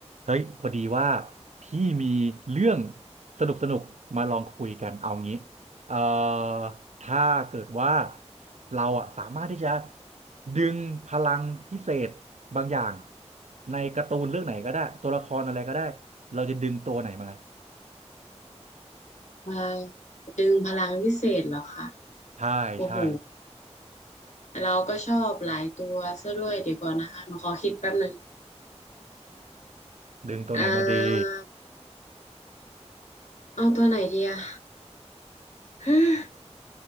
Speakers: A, on the right; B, on the left.
A: เฮ้ยพอดีว่าพี่มีเรื่องสนุกสนุกมาลองคุยกันเอางี้เอ่อถ้าเกิดว่าเราอะสามารถที่จะดึงพลังพิเศษบางอย่างในการ์ตูนเรื่องไหนก็ได้ตัวละครอะไรก็ได้เราจะดึงตัวไหนมา
B: เอ่อดึงพลังวิเศษเหรอคะ
A: ใช่ใช่
B: โอ้โหเราก็ชอบหลายตัวซะด้วยเดี๋ยวก่อนนะคะหนูขอคิดแป๊บนึง
A: ดึงตัวไหนมาดี
B: อ่าเอาตัวไหนดีอะ <laughs>